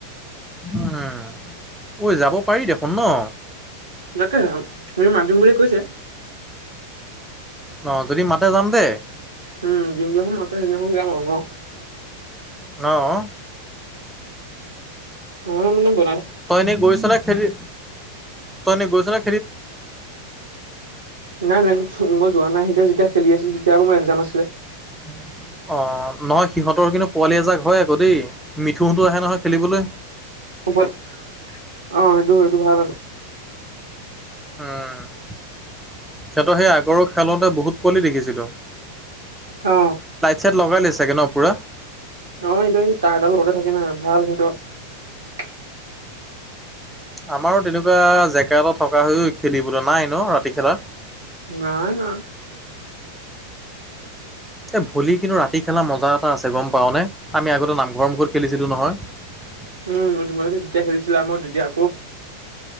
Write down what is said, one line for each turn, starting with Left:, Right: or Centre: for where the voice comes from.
Centre: উম, ঐ যাব পাৰি দেখোন ন।
Right: তাকেহে তুমি মাতিম বুলি কৈছে।
Centre: অ', যদি মাতে যাম দে।
Right: উম, যোনদিনাখন মাতে সেইদিনাখন যাম আৰু ন।
Centre: ন'?
Right: অ', মানে ব
Centre: তই এনে গৈছ নে খেলি, তই এনে গৈছ নে?
Right: নাই, নাই, <unintelligible> মই যোৱা নাই, সিহঁতে যেতিয়া খেলি আছিল তেতিয়া আকৌ মোৰ এক্সাম আছিলে।
Centre: উ অ নহয় সিহঁতৰ কিন্তু পোৱালি এজাক হয় আকৌ দেই মিথুতো আহে নহয় খেলিবলৈ
Right: অ সেইটো সেইটো ভাল আ
Centre: উম সিহঁতৰ সেই আগৰ খেলতে বহুত পলি দেখিছিলো
Right: অ
Centre: ইাত লগাই লৈ চাগে ন পুৰা
Right: অ সু এই তাঁৰডাল লগৰতে থাকে না ভাল সিহত
Centre: আমাৰো তেনেকুৱা জেগা এটা থকা হৈ খেলিবলৈ নাই ন ৰাতি খেলা
Right: ন না
Centre: এ ভলি কিন্তু ৰাতি খেলা মজা এটা আছে গম পাও নে আমি আগতে নামঘৰৰ মুখত খেলিছিলো নহয়
Right: উম তোমালোকে যেতিয়া খেৰিিছিলা মই তেতিয়া আকৌ